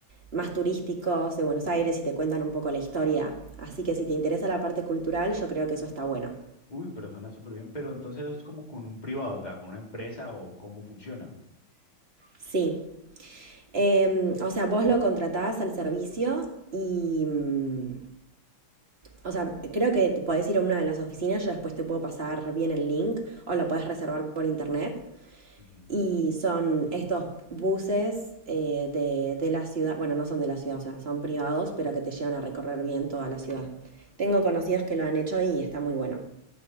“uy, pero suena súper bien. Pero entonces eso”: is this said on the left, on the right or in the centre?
Left